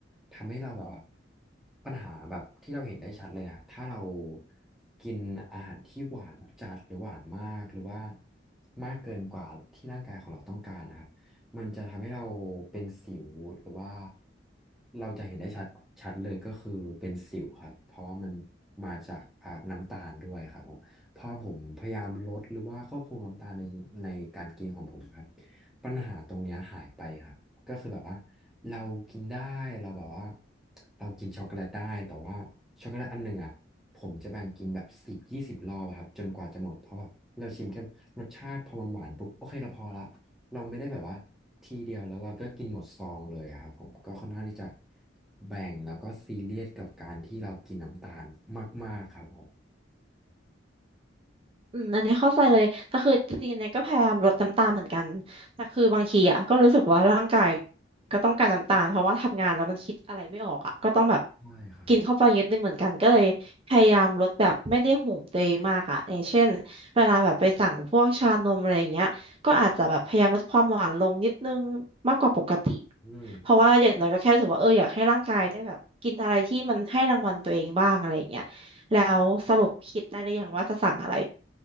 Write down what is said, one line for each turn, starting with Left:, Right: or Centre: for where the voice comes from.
Centre: ทำให้เราแบบว่าปัญหาแบบที่เราเห็นได้ชัดเลยนะถ้าเรากินอาหารที่หวานจัดหรือหวานมากหรือว่ามากเกินกว่าที่ร่างกายของเราต้องการนะครับมันจะทำให้เราเป็นสิวหรือว่าเราจะเห็นได้ชัดชัดเลยก็คือเป็นสิวครับเพราะว่ามันมาจากอ่าน้ำตาลด้วยครับผมพอผมพยายามลดหรือว่าควบคุมน้ำตาลในในการกินของผมครับปัญหาตรงเนี้ยหายไปครับ ก็คือแบบว่าเรากินได้เราแบบว่าเรากินช็อกโกแลตได้แต่ว่าช็อกโกแลตอันหนึ่งอ่ะผมจะแบ่งกินแบบสิบยี่สิบรอบอะครับจนกว่าจะหมดเพราะแบบเราชิมแค่รสชาติพอมันหวานปุ๊บโอเคเราพอละเราไม่ได้แบบว่าทีเดียวแล้วเราก็กินหมดซองเลยอะครับผมก็ค่อนข้างที่จะแบ่งแล้วก็ซีเรียสกับการที่เรากินน้ำตาลมากๆครับผม
Right: อืมอันนี้เข้าใจเลยแต่คือจริงๆเนี่ยก็พยายามลดน้ำตาลเหมือนกันแต่คือบางทีอ่ะก็รู้สึกว่าร่างกายก็ต้องการน้ำตาลเพราะว่าทำงานแล้วมันคิดอะไรไม่ออกอ่ะก็ต้องแบบ
Centre: ใช่ครับ
Right: กินเข้าไปเยอะนิดนึงเหมือนกันก็เลยพยายามลดแบบไม่ได้โหมตัวเองมากอ่ะอย่างเช่นเวลาแบบไปสั่งพวกชานมอะไรอย่างเงี้ยก็อาจจะแบบพยายามลดความหวานลงนิดนึงมากกว่าปกติ
Centre: อืม
Right: เพราะว่าอย่างน้อยก็แค่รู้สึกว่าเอออยากให้ร่างกายได้แบบกินอะไรที่มันให้รางวัลตัวเองบ้างอะไรอย่างเงี้ยแล้วสรุปคิดได้หรือยังว่าจะสั่งอะไร